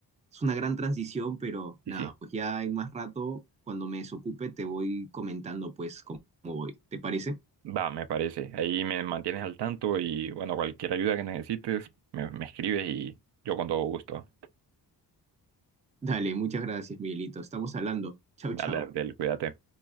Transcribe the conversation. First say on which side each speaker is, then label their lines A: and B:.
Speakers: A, on the right; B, on the right.
A: es una gran transición, pero nada,
B: sí, sí.
A: pues ya en más rato, cuando me desocupe, te voy comentando pues cómo cómo voy. ¿Te parece?
B: Va, me parece. Ahí me mantienes al tanto y bueno, cualquier ayuda que necesites, me, me escribes y yo con todo gusto.
A: Dale, muchas gracias, Miguelito. Estamos hablando. Chau,
B: Dale,
A: chau.
B: Abdel, cuídate.